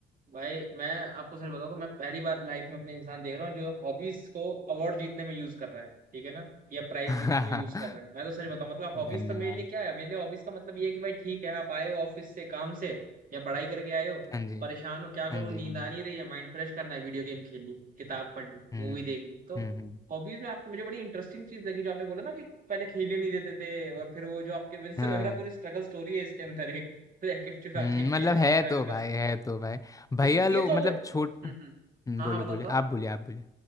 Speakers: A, on the right; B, on the left.
A: भाई मैं आपको सच बताऊं तो मैं पहली बार लाइफ में अपने इंसान देख रहा हूँ जो हॉबीज को अवार्ड जीतने में यूज कर रहा है ठीक है ना या प्राइज
B: <laughs>
A: जीतने में यूज कर रहा है मैं तो सच बताऊं मतलब हॉबीज
B: धन्यवाद
A: तो मेरे लिए क्या है मेरे लिए हॉबीज का मतलब ये है कि भाई ठीक है आप आए हो ऑफिस से काम से या पढ़ाई करके आए हो
B: हाँ जी
A: परेशान हो क्या
B: हाँ
A: करूँ
B: जी
A: नींद
B: हाँ जी
A: आ नहीं रही है माइंड फ्रेश करना है वीडियो गेम खेल ली किताब पढ़ ली
B: हम्म
A: मूवी देख ली तो
B: हम्म हम्म,
A: हॉबीज में आप मुझे बड़ी इंटरेस्टिंग चीज लगी जो आपने बोला ना कि पहले खेलने नहीं देते थे और फिर वो जो आपके मेरे से
B: हाँ
A: लग रहा है पूरी स्ट्रगल स्टोरी है इसके अंदर एक <laughs> रैकेट चुरा
B: हम्म,
A: के खेलना
B: मतलब है
A: और फिर अंकल
B: तो भाई
A: से
B: है तो भाई भैया
A: लेकिन
B: लोग
A: ये तो
B: मतलब
A: हो गए हम्म
B: छोट
A: हम्म
B: हम्म,
A: हाँ
B: बोले
A: हाँ बताओ
B: बोले
A: बताओ
B: आप बोले आप बोले